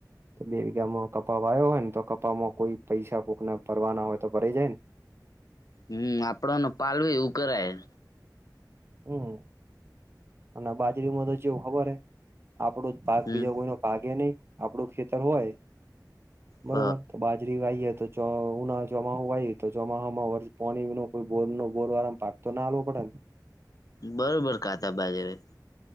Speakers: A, on the right (about 35°); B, on the left (about 55°).
A: ઇ બે વીઘામાં કપા વાયો હોય ને તો કપામાં કોઈ પૈસા કોકના ભરવાના હોય તો ભરાઈ જાય ને
B: હમ આપડ ન પાલવે એવું કરાય.
A: હ અને બાજરીમાં તો જેવું ખબર હે, આપડો જ
B: હમ
A: બીજો કોઈનો ભાગ એ નહી. આપડું ખેતર હોય બરોબર,
B: હ
A: તો બાજ જરી વાઈએ તો ઉનાળામાં, ચોમાસું વાય તો ચોમાહામાં વર્ષ પોણી નો કોઈ બોરનો-બોર વારમ પા તો ના આલવો પડે ને.
B: બરોબર, કાતા બાજરે.